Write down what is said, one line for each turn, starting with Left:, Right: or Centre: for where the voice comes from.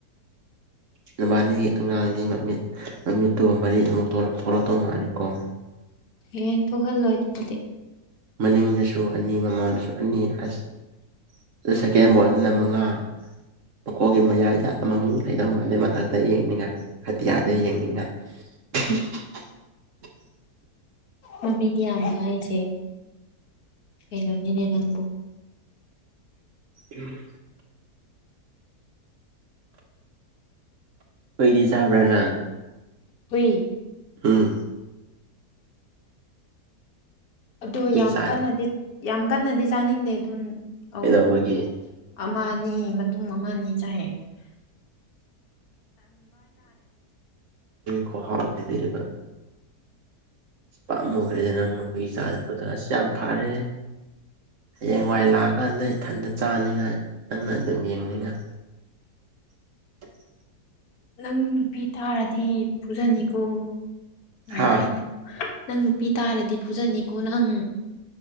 Right: ꯅꯨꯕꯥꯅꯤꯒꯤ ꯑꯉꯥꯡꯅꯤ ꯃꯃꯤꯠ ꯃꯃꯤꯠꯇꯣ ꯃꯔꯤ ꯑꯃꯨꯛ ꯊꯣꯛꯂꯛꯛꯇꯧ ꯃꯥꯜꯂꯦꯀꯣ
Left: ꯑꯦ ꯊꯣꯛꯍꯜꯂꯣꯏ ꯑꯗꯨꯕꯨꯗꯤ
Right: ꯃꯅꯤꯡꯗꯁꯨ ꯑꯅꯤ ꯃꯃꯥꯅꯁꯨ ꯑꯅꯤ ꯑꯁ ꯑꯗꯨ ꯁꯦꯀꯦꯟ ꯕꯣꯜꯅ ꯃꯉꯥ ꯃꯀꯣꯛꯒꯤ ꯃꯌꯥꯏꯗ ꯑꯃꯃꯨꯛ ꯂꯩꯗꯧ ꯃꯥꯜꯂꯦ ꯃꯊꯛꯇ ꯌꯦꯡꯅꯤꯡꯉꯥꯏ ꯑꯇꯤꯌꯥꯗ ꯌꯦꯡꯅꯤꯡꯉꯥꯏ <unintelligible>
Left: ꯃꯃꯤꯗꯤ ꯌꯥꯝꯕ ꯍꯥꯏꯁꯦ ꯀꯩꯅꯣꯅꯤꯅꯦ ꯅꯪꯕꯨ
Right: ꯎꯝ ꯐꯩꯗꯤ ꯆꯕ꯭ꯔꯥ ꯅꯪ
Left: ꯍꯨꯏ
Right: ꯑꯝ
Left: ꯑꯣ
Right: ꯍꯨꯏ
Left: ꯌꯥꯝ
Right: ꯆꯥ
Left: ꯀꯟꯅꯗꯤ ꯌꯥꯝ ꯀꯟꯅꯗꯤ ꯆꯥꯅꯤꯡꯗꯦ ꯑꯗꯨꯝ ꯑ
Right: ꯀꯩꯗꯧꯕꯒꯤ
Left: ꯃꯔꯛ ꯑꯃ ꯑꯅꯤ ꯃꯇꯨꯡ ꯑꯃꯅꯤ ꯆꯥꯏꯍꯦ
Right: ꯈꯍꯥꯎ ꯈꯦꯗꯕ ꯄꯥꯝꯃꯨꯈ꯭ꯔꯦꯗ ꯅꯪ ꯅꯈꯣꯏꯒꯤ ꯏ ꯆꯥꯗ ꯄ꯭ꯔꯗ ꯑꯁ ꯌꯥꯝ ꯐꯥꯔꯦ ꯍꯌꯦꯡꯋꯥꯏ ꯂꯥꯛꯑꯀꯥꯟꯗ ꯏꯊꯟꯇ ꯆꯥꯅꯤꯡꯉꯥꯏ ꯅꯪꯅ ꯑꯗꯨꯝ ꯌꯦꯡꯅꯤꯡꯉꯥꯏ <unintelligible>
Left: ꯅꯪ ꯅꯨꯄꯤ ꯇꯥꯔꯗꯤ ꯐꯨꯖꯅꯤꯀꯣ ꯁꯨꯃꯥꯏꯅ
Right: ꯍꯥ
Left: ꯍꯥꯏꯇꯣꯏꯅ ꯅꯪ ꯅꯨꯄꯤ ꯇꯥꯔꯗꯤ ꯐꯨꯖꯅꯤꯀꯣ ꯅꯪ